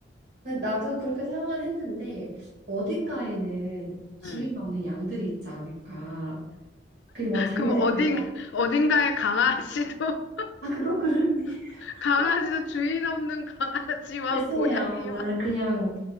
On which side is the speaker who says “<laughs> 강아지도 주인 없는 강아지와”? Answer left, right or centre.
Left